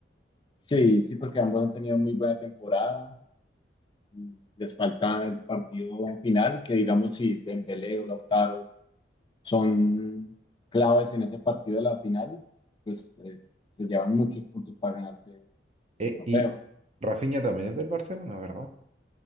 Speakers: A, on the left; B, on the right.
A: Sí, sí, porque ambos han tenido muy buena temporada. y Les falta el partido final, que digamos si Dembélé o Lautaro son claves en ese partido de la final, pues eh, se llevan muchos puntos para ganarse
B: E-
A: ese trofeo.
B: y Rafinha también es del Barcelona, ¿verdad?